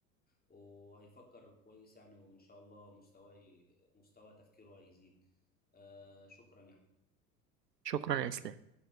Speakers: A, on the left (about 20°); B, on the right (about 75°).
A: وهيفكر كويس يعني وإن شاء الله مستواه مستوى تفكيره هيزيد آه شكرا يا
B: شكرا يا اسلام